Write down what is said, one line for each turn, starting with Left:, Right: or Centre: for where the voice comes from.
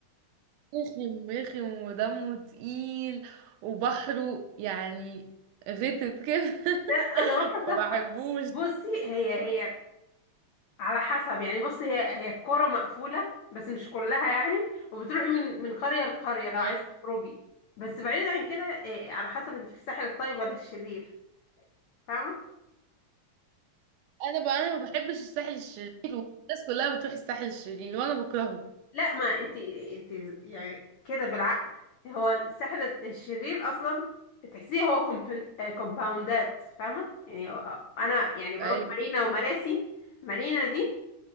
Right: رخم رخم ودمه تقيل وبحره يعني غتت كده <laughs>
Left: لا أنا بروح تحفة
Right: ما بحبوش
Left: بصي هي هي على حسب يعني بص هي هي الكرة مقفولة بس مش كلها يعني وبتروحي من من قرية لقرية لو
Right: آه.
Left: عايزة تخرجي بس بعيدا عن كده إيه، على حسب انت في الساحل الطيب ولا الشرير فاهمة
Right: انا بقى انا ما بحبش الساحل الشرير والناس كلها بتروح الساحل الشرير وانا بكرهه
Left: لا ما انت انت يعني كده بالعقل هو الساحل الشرير اصلا تحسيه هو كومبن- آه، كومباوندات فاهمه يعني هو- انا يعني بروح
Right: ايوه
Left: مارينا ومراسي مارينا دي